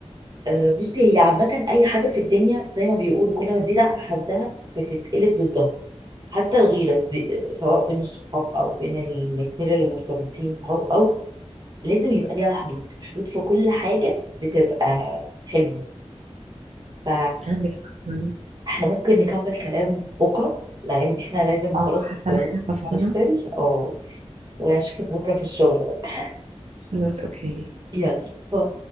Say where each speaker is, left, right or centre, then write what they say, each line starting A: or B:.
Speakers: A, on the right; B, on the right.
A: آه، بصي هي عامة أي حاجة في الدنيا زي ما بيقولوا كل ما تزيد عن حدها بتتقلب ضدها حتى الغيرة دي سواء بين الصحاب أو بين الاتنين اللي مرتبطين أو أو لازم يبقى ليها حدود حدود في كل حاجة بتبقى حلوة ف
B: عندك حق يعني.
A: احنا ممكن نكمل كلام بكرة لأن احنا لازم خلاص
B: اه حاسه
A: آه،
B: ان احنا فصلنا
A: نفصل اه واشوفك بكرة في الشغل بقى
B: خلاص اوكي
A: يلا باي